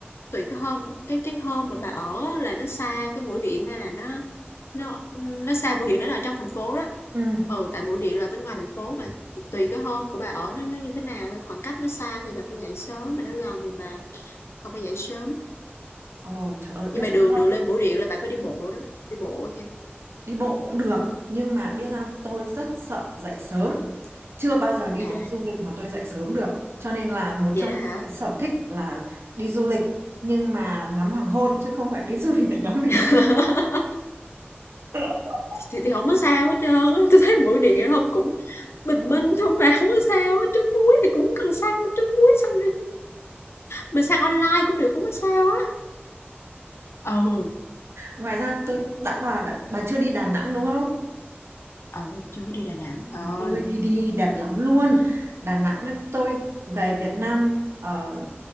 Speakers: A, on the left; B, on the right.
A: tùy cái hôm, cái cái hôm mà bà ở là nó xa cái mũi điện hay là nó nó nó xa mũi điện nó là trong thành phố đó.
B: Ừ.
A: Ừ, tại mũi điện là bên ngoài thành phố mà tùy cái hôm của bà ở nó nó như thế nào thôi, khoảng cách nó xa thì bà phải dậy sớm, mà nó gần thì bà bà phải dậy sớm.
B: Ồ, trời ơi, biết
A: Nhưng mà
B: sao
A: đường đường
B: không?
A: lên Bưu Điện là bạn phải đi bộ đó, đi bộ nha.
B: Đi bộ cũng được, nhưng mà biết sao tôi rất sợ dậy sớm. Chưa bao giờ đi
A: À,
B: đâu du lịch mà tôi dậy sớm được. Cho nên là một
A: vậy
B: trong
A: đó hả?
B: những cái sở thích là đi du lịch nhưng mà ngắm hoàng hôn chứ không phải đi <laughs> du lịch để ngắm bình.
A: <laughs>
B: <laughs>
A: Thì thì không có sao hết trơn tôi thấy Bưu Điện không cũng bình minh thôi mà, không có sao hết, trứng muối thì cũng cần săn đâu, trứng muối săn đi, mình săn online cũng được, không có sao á. Ừ,
B: Ngoài ra tôi đã bà đã, bà chưa đi Đà Nẵng đúng không?
A: ờ, chưa có đi Đà Nẵng, trời
B: Ôi, đi đi, đẹp lắm luôn. Đà Nẵng ấy, tôi về Việt Nam ờ,